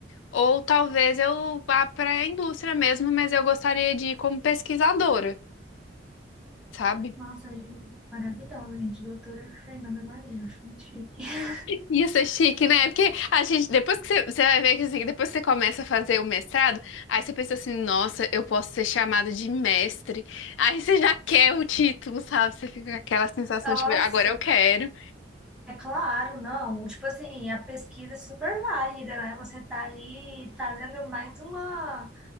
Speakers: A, on the left (about 80°); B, in the centre.
A: ou talvez eu vá para a indústria mesmo, mas eu gostaria de ir como pesquisadora, sabe?
B: Nossa, maravilhosa, gente. Doutora Fernanda Maria, acho muito chique. <laughs>
A: Isso é chique, né? Porque a gente, depois que você, você vai ver que assim, depois que você começa a fazer o mestrado, aí você pensa assim, nossa, eu posso ser chamado de mestre. Aí você já quer o título, sabe? Você fica com aquela sensação
B: Nossa,
A: de, agora eu quero.
B: é claro, não. Tipo assim, a pesquisa é super válida, né? Você tá ali trazendo mais uma.